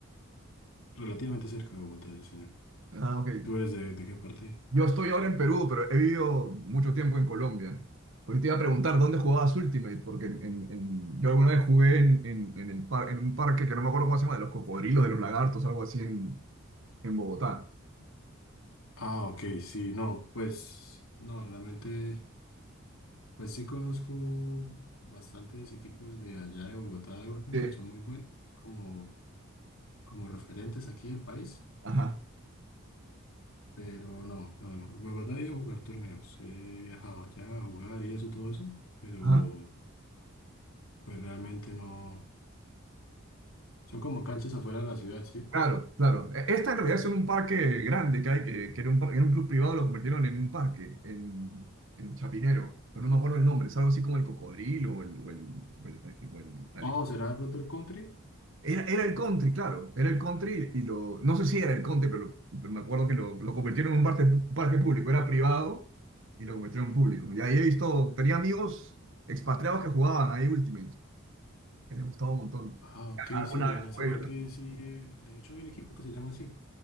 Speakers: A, on the left; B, on the right.
A: relativamente cerca de Bogotá, sí, señor.
B: Ah, ok.
A: ¿Tú eres de, de qué parte?
B: Yo estoy ahora en Perú, pero he vivido mucho tiempo en Colombia. Pues te iba a preguntar dónde jugabas Ultimate, porque en, en- en- yo alguna vez jugué en, en- en el par- en un parque que no me acuerdo cómo se llama, de los cocodrilos, de los lagartos, algo así en, en Bogotá.
A: Ah, ok, sí, no, pues, no, realmente, pues sí conozco bastantes equipos de allá de Bogotá de Ultimate,
B: Sí,
A: son muy buenos como, como referentes aquí del país,
B: ajá,
A: pero no, no, no, en Bogotá he ido a jugar torneos, he viajado allá a jugar y eso, todo eso, pero...
B: ajá.
A: Pues realmente no. Son como canchas afuera de la ciudad, ¿sí?
B: Claro, claro. E- Esta en realidad es un parque grande que hay, que, que era un, par- era un club privado, lo convirtieron en un parque, en, en Chapinero, pero no me acuerdo el nombre, es algo así como el cocodrilo o el, o el, o el, o el
A: Oh, ¿será de pronto el country?
B: Era, era el country, claro, era el country y lo, no sé si era el country, pero, pero me acuerdo que lo, lo convirtieron en un parque, parque público, era privado y lo convirtieron en público. Y ahí he visto, tenía amigos expatriados que jugaban ahí Ultimate, que les gustaba un montón.
A: Ah, ok,
B: Alguna
A: sí,
B: vez
A: en ese
B: jugué
A: parque
B: yo también.
A: sí. eh, de hecho, hay un equipo que se llama así.